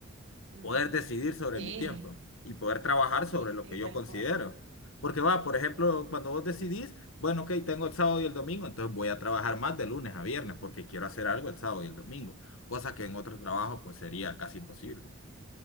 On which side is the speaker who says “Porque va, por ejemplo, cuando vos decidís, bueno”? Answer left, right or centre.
Left